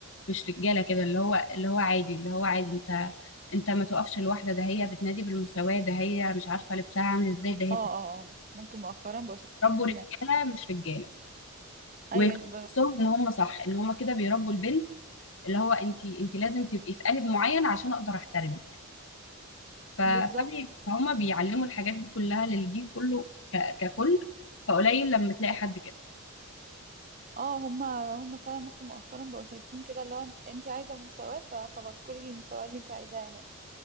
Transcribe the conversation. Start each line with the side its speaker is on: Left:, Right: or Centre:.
Left: مش رجاله كده اللي هو اللي هو عادي اللي هو عادي انت انت ما تقفش لوحده ده هي بتنادي بالمساواه ده هي مش عارفه لبسها عامل ازاي ده هي
Right: اه
Left: تس-
Right: اه اه ممكن مؤخرا بقوا شايفين
Left: فربوا
Right: ان
Left: رجاله مش رجاله وحسهم
Right: ايوه ب...
Left: ان هم صح ان هم كده بيربوا البنت اللي هو انت انت لازم تبقي في قالب معين عشان اقدر احترمك ف-
Right: بالظبط
Left: فبي- فهم بيعلموا الحاجات دي كلها للجيل كله ك- ككل فقليل لما تلاقي حد كده
Right: اه هما هما فعلا ممكن مؤخرا بقوا شايفين كده اللي هو انت انت عايزة مساواة فخلاص كلي المساواة اللي انت عايزاها اهي